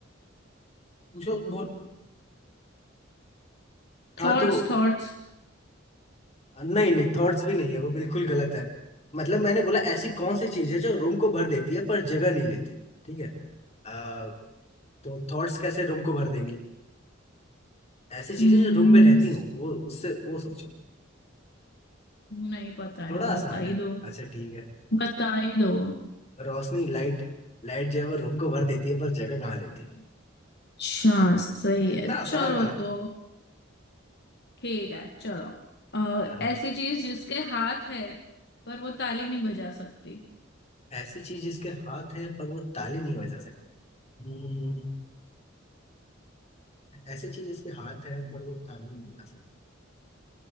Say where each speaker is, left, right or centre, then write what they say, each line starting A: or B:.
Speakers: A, on the left (about 35°); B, on the left (about 60°).
A: पूछो बोल हाँ
B: थॉट्स
A: तो
B: थॉट्स
A: नहीं नहीं थॉट्स भी नहीं है वो बिल्कुल गलत है मतलब मैंने बोला ऐसी कौन सी चीज है जो रूम को भर देती है पर जगह नहीं लेती ठीक है अ, तो थॉट्स कैसे रूम को भर देंगी ऐसी चीजें
B: हम्म
A: जो रूम में रहती हो वो उससे वो सोचो
B: नहीं पता
A: थोड़ा
B: यार
A: आसान
B: बता ही
A: है
B: दो
A: अच्छा ठीक है
B: बता ही दो
A: रोशनी लाइट लाइट जो है वो रूम को भर देती है पर जगह कहाँ देती है
B: अच्छा सही
A: इतना
B: है
A: आसान
B: चलो
A: था
B: तो ठीक है चलो अ,
A: चलो
B: ऐसी चीज जिसके हाथ है पर वो ताली नहीं बजा सकती
A: ऐसी चीज इसके हाथ है पर वो ताली नहीं बजा सका हम्म, ऐसी चीज इसके हाथ है पर वो ताली नहीं बजा सका